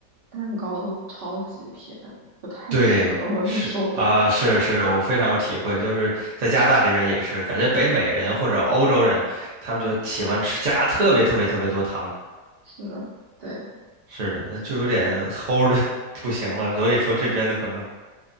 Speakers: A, on the right; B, on the right.
A: 蛋糕都超级甜，就太甜了，
B: 对，
A: 我有点受不了。
B: 是啊，是是，我非常有体会，就是在加拿大这边也是，感觉北美人或者欧洲人，他们就喜欢吃加特别特别特别多糖，
A: 是，对，
B: 是的，就有点齁的 <laughs> 不行了，所以说这边的可能